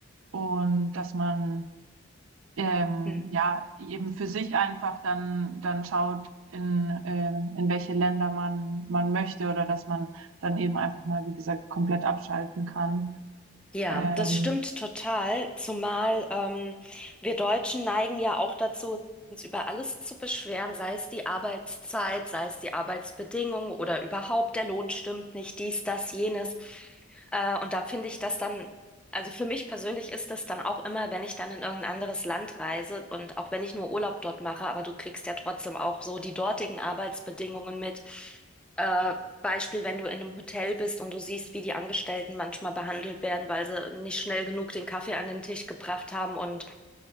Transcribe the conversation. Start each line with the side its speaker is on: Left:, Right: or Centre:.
Right: und dass man ähm,
Centre: Mhm.
Right: ja eben für sich einfach dann dann schaut in äh, in welche Länder man man möchte oder dass man dann eben einfach mal wie gesagt komplett abschalten kann.
Centre: Ja,
Right: Ähm,
Centre: das stimmt total, zumal ähm, wir Deutschen neigen ja auch dazu, uns über alles zu beschweren, sei es die Arbeitszeit, sei es die Arbeitsbedingungen oder überhaupt der Lohn stimmt nicht, dies, das, jenes. Äh, und da finde ich das dann, also für mich persönlich ist das dann auch immer, wenn ich dann in irgendein anderes Land reise und auch wenn ich nur Urlaub dort mache, aber du kriegst ja trotzdem auch so die dortigen Arbeitsbedingungen mit. äh, Beispiel, wenn du in einem Hotel bist und du siehst, wie die Angestellten manchmal behandelt werden, weil sie nicht schnell genug den Kaffee an den Tisch gebracht haben und